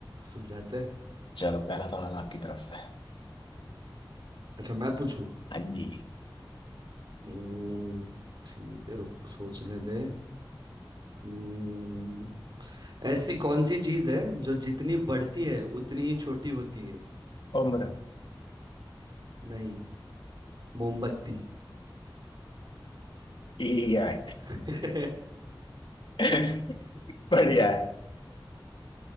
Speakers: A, on the right (about 60°); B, on the left (about 70°).
A: सुलझाते हैं
B: चलो पहला सवाल आपकी तरफ से
A: अच्छा मैं पूछू
B: हाँ जी
A: हम्म, ठीक है रुक सोचने दे हम्म, ऐसी कौन सी चीज है जो जितनी बढ़ती है उतनी ही छोटी होती है
B: उम्र
A: नहीं मोमबत्ती
B: ये है।
A: <laughs>
B: <laughs> बढ़िया है